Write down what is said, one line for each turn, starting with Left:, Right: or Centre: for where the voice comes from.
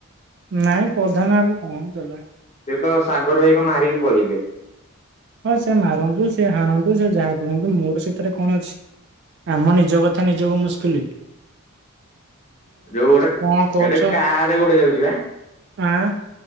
Right: ନାଇଁ ପ୍ରଧାନ ବାବୁ କଣ ଚାଲାକି।
Left: ସେ ତ ସାଗର ଭାଇକୁ ମାରିକି ପଳେଇଲେ।
Right: ହଁ ସେ ମାରନ୍ତୁ ସେ ହାଣନ୍ତୁ ସେ ଯାହା କରନ୍ତୁ ମୋର ସେଥିରେ କଣ ଅଛି? ଆମ ନିଜ କଥା ନିଜକୁ ମୁସ୍କିଲି
Left: ଯୋଉ ଗୋଟେ
Right: କଣ କହୁଛ
Left: ଏଟେ କାରେ ଗୋଟେ ଯାଉଛି ବା।
Right: ଆଁ